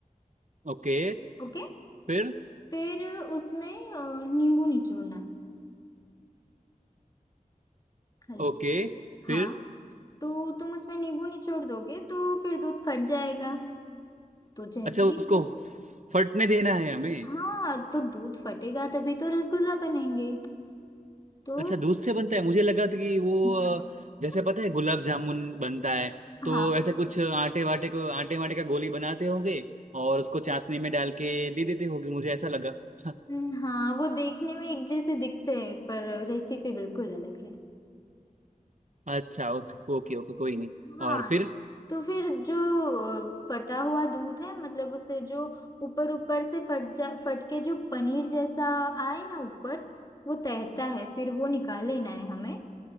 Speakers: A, on the right; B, on the left.
A: ओके
B: ओके
A: फिर
B: फिर उसमें अ, नींबू निचोड़ना है हेलो
A: ओके
B: हाँ
A: फिर
B: तो तुम उसमें नींबू निचोड़ दोगे तो फिर दूध फट जाएगा तो जैसे
A: अच्छा उसको
B: ही दूध
A: फटने देना है हमें
B: हाँ तो दूध फटेगा तभी तो रसगुल्ला बनेंगे तो
A: अच्छा दूध से बनता है मुझे लगा था कि वो
B: <laughs>
A: अ, जैसे पता है गुलाब जामुन बनता है तो
B: हाँ
A: ऐसे कुछ आटे वाटे को आटे वाटे का गोली बनाते होंगे और उसको चाशनी में डाल के दे देते होंगे मुझे ऐसा लगा <laughs>
B: हम्म, हाँ वो देखने में एक जैसे दिखते हैं पर रेसिपी बिल्कुल अलग है
A: अच्छा ओके ओके ओके कोई नहीं
B: हाँ
A: और फिर
B: तो फिर जो अ, फटा हुआ दूध है मतलब उसे जो ऊपर ऊपर से फट जा फट के जो पनीर जैसा आए ना ऊपर वो तैरता है फिर वो निकाल लेना है हमें